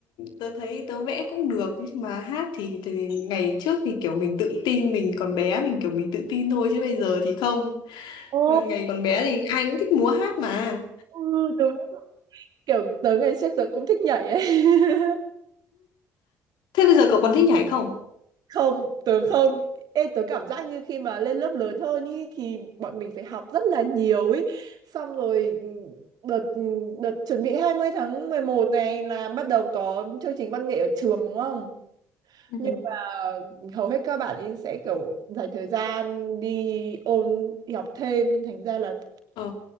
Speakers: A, on the left; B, on the right.
A: tớ thấy tớ vẽ cũng được nhưng mà hát thì, thì ngày trước thì kiểu mình tự tin mình còn bé mình kiểu mình tự tin thôi chứ bây giờ thì không
B: Ồ,
A: Ừ, ngày còn bé thì ai cũng thích múa hát mà
B: ừ, đúng. Kiểu tớ ngày trước tớ cũng thích nhảy ấy. <laughs>
A: thế bây giờ cậu còn thích nhảy không
B: không tớ không Ê, tớ cảm giác như khi mà lên lớp lớn hơn ý, thì bọn mình phải học rất là nhiều ý. Xong rồi ừ, đợt ừ, đợt chuẩn bị 20 tháng 11 này là bắt đầu có chương trình văn nghệ ở trường đúng không?
A: Ừ.
B: Nhưng mà hầu hết các bạn ý sẽ kiểu dành thời gian đi ôn đi học thêm nên thành ra là
A: ờ